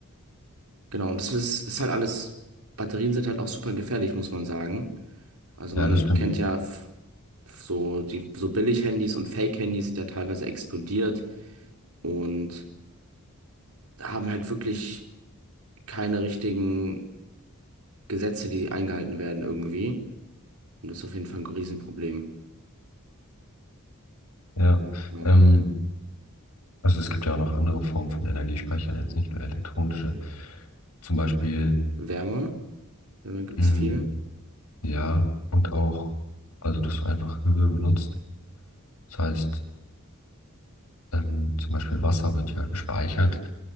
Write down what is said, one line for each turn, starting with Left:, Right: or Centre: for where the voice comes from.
Right: Genau, und das ist, ist halt alles, Batterien sind halt auch super gefährlich, muss man sagen. Also
Left: ja,
Right: man
Left: das stimmt.
Right: kennt ja f- so die so Billig-Handys und Fake-Handys sind ja teilweise explodiert und haben halt wirklich keine richtigen Gesetze, die eingehalten werden irgendwie. Und das ist auf jeden Fall ein Riesenproblem.
Left: Ja,
Right: Genau.
Left: ähm, also es gibt ja auch noch andere Formen von Energiespeichern, jetzt nicht nur elektronische. Zum Beispiel,
Right: Wärme, Wärme gibt's
Left: mh,
Right: viel.
Left: ja, und auch, also dass du einfach Höhe benutzt. Das heißt, ähm, zum Beispiel Wasser wird ja gespeichert